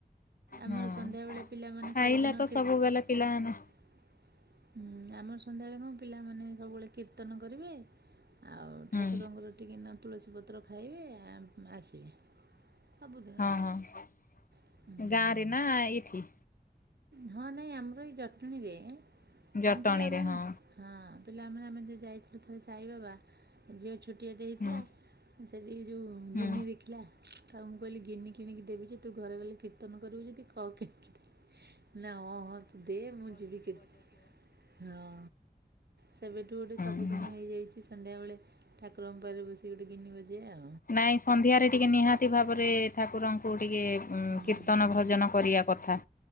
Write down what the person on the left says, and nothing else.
ହଁ
ଖାଇଲା
ତ
ସବୁବେଳେ ପିଲାମାନେ
ହୁଁ
ହଁ ହଁ।
ଗାଁ ରେ ନା, ଏଇଠି?
ଜଟଣୀରେ
ହଁ।
ହୁଁ
ହୁଁ
ହୁଁ
ହୁଁ
ନାଇଁ ସନ୍ଧ୍ୟାରେ ଟିକେ ନିହାତି ଭାବରେ ଠାକୁରଙ୍କ ଙ୍କୁ ଟିକେ
କୀର୍ତ୍ତନ ଭଜନ କରିବା କଥା,